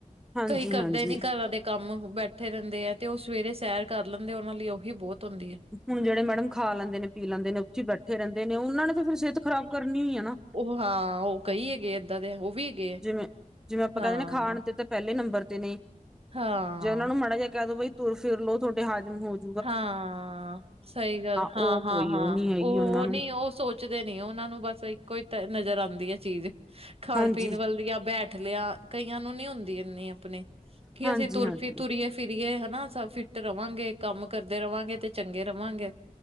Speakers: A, in the centre; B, on the right.
A: ਹਾਂਜੀ
B: ਕਈ ਕਰਦੇ
A: ਹਾਂਜੀ।
B: ਨੀ ਘਰਾਂ ਦੇ ਕੰਮ ਬੈਠੇ ਰੇਂਦੇ ਐ, ਤੇ ਓ ਸਵੇਰੇ ਸੈਰ ਕਾਰ ਲੈਂਦੇ, ਓਨਾਂ ਲਈ ਓਹੀ ਬੋਤ ਹੁੰਦੀ ਐ।
A: ਹੁਣ ਜੇੜੇ ਮੈਡਮ ਖਾ ਲੈਂਦੇ ਨੇ, ਪੀ ਲੈਂਦੇ ਨੇ, ਉਥੇ ਈ ਬੈਠੇ ਰੈਂਦੇ ਨੇ, ਉਨਾਂ ਨੇ ਤਾਂ ਫੇਰ ਸੇਹਤ ਖਰਾਬ ਕਰਨੀ ਹੈ ਨਾ।
B: ਓ ਹਾਂ, ਓ ਕਈਂ ਹੈਗੇ ਏਦਾਂ ਦੇ, ਓ ਵੀ ਹੈਗੇ ਆ।
A: ਜਿਵੇਂ, ਜਿਵੇਂ ਅਪਾਂ
B: ਹਾਂ।
A: ਕੈਂਦੇ ਨਾ ਖਾਣ ਤੇ, ਤੇ ਪ੍ਹੈਲੇ ਨੰਬਰ ਤੇ ਨੇ।
B: ਹਾਂ
A: ਜੇ ਓਨਾਂ ਨੂੰ ਮਾੜਾ ਜਾ ਕੈਹ ਦੋ, ਬਈ ਤੁਰ ਫਿਰ ਲੋ, ਤੂਆਡੇ ਹਾਜਮ ਹੋਜੁ
B: ਹਾਂ ਸਈ ਗਾਲ ਹਾਂ,
A: ਉਹ
B: ਹਾਂ,
A: ਕੋਈ
B: ਹਾਂ
A: ਉਹ ਨੀ ਹੈਗੀ
B: ਓ
A: ਉਹਨਾਂ ਨੂੰ
B: ਨਈ ਓ ਸੋਚ ਪੁੱਚਦੇ ਨਈ, ਓਨਾਂ ਨੂੰ ਬਸ ਇੱਕੋ ਈ ਤੇ ਨਜਰ ਆਂਦੀ ਐ ਚੀਜ, ਖਾਣ-
A: ਹਾਂਜੀ
B: ਪੀਣ ਵਲ ਦੀਆਂ ਬੈ ਠ ਨੇਆ, ਕਈਆਂ ਨੂੰ ਨੀ ਹੁੰਦੀ ਇੰਨੀ ਅਪਨੀ, ਕੀ
A: ਹਾਂਜੀ
B: ਅਸੀ ਤੁਰ
A: ਹਾਂਜੀ।
B: ਫਿ, ਤੂਰੀ ਤੂਰੀਏ। ਫਿਰੀਏ ਹਨਾ, ਸ ਫਿੱਟ ਰਵਾਂਗੇ, ਕੰਮ ਕਰਦੇ ਰਵਾਂਗੇ, ਤੇ ਚੰਗੇ ਰਵਾਂਗੇ।